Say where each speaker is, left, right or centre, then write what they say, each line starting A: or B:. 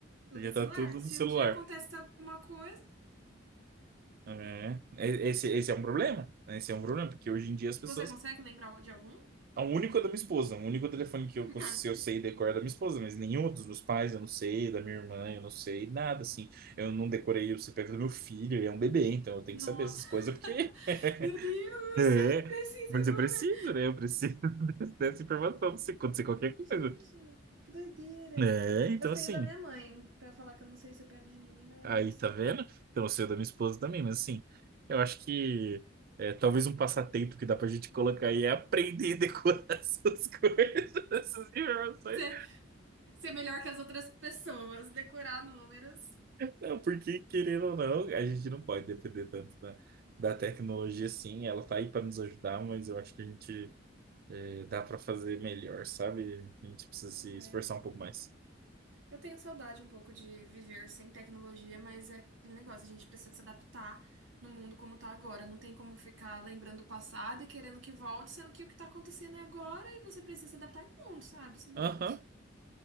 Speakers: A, on the right; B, on the right.
A: Tudo
B: porque
A: do
B: tá
A: celular.
B: tudo
A: Se
B: no celular.
A: um dia acontece alguma coisa,
B: É, E- esse, esse é um problema, né? Esse é um problema, porque hoje em dia as pessoas.
A: você consegue lembrar de algum?
B: O único é da minha esposa, o único telefone que eu,
A: <laughs>
B: cons- eu sei decorar é da minha esposa, mas nenhum dos meus pais eu não sei, da minha irmã eu não sei, nada assim. Eu não decorei o CPF do meu filho, ele é um bebê, então eu tenho
A: Nossa,
B: que saber essas coisas porque.
A: <laughs>
B: <laughs>
A: meu Deus,
B: É,
A: você precisa
B: mas
A: agora.
B: eu preciso, né? Eu preciso <laughs> dessa informação pra você acontecer qualquer coisa.
A: Gente, que doideira.
B: É, então
A: Eu sei
B: assim.
A: o da minha mãe. Pra falar que eu não sei o CPF de ninguém, da minha
B: Aí,
A: mãe eu sei.
B: tá vendo? Então, eu sei da minha esposa também, mas assim, eu acho que é, talvez um passatempo que dá pra gente colocar aí é aprender a decorar <laughs> essas coisas, essas informações.
A: Ser, ser melhor que as outras pessoas, decorar números.
B: Não, porque, querendo ou não, a gente não pode depender tanto da, da tecnologia, sim. Ela tá aí pra nos ajudar, mas eu acho que a gente é, dá pra fazer melhor, sabe? A gente precisa
A: Hum,
B: se esforçar
A: É.
B: um pouco mais.
A: Eu tenho saudade um pouco de viver sem tecnologia, mas é aquele negócio, a gente precisa se adaptar no mundo como tá agora. Não tem como ficar lembrando o passado e querendo que volte, sendo que o que tá acontecendo é agora e você precisa se adaptar e ponto, sabe? Senão
B: Aham.